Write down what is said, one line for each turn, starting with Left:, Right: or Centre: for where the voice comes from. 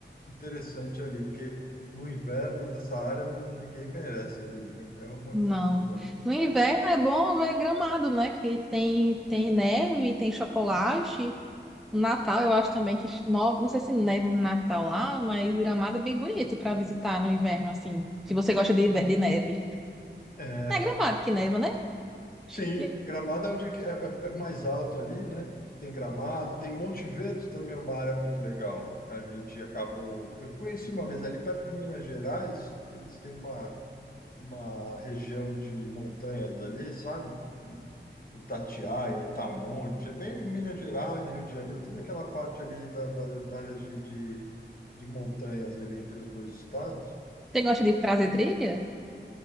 Left: interessante ali, porque no inverno, nessa área, não, ninguém merece ali, viu? É uma
Centre: Não.
Left: confusão.
Centre: No inverno é bom ver Gramado, né? Que tem, tem neve, tem chocolate. O Natal, eu acho também que, no- não sei se neva no Natal lá, mas Gramado é bem bonito para visitar no inverno, assim, se você gosta de, inve- de neve.
Left: É,
Centre: Não é Gramado que neva, né?
Left: Sim,
Centre: Você
Left: Gramado é onde que é, é- é mais alto ali, né? Tem Gramado, tem monte verde também é uma área muito legal. A gente acabou. Eu conheci uma vez ali perto de Minas Gerais, eles têm uma, uma região de montanhas ali, sabe? Itatiaia, Itamonte, é bem Minas Gerais, Rio de Janeiro, toda aquela parte ali da, da, da área de, de, de montanhas ali entre os dois estados.
Centre: gosta de trazer trilha?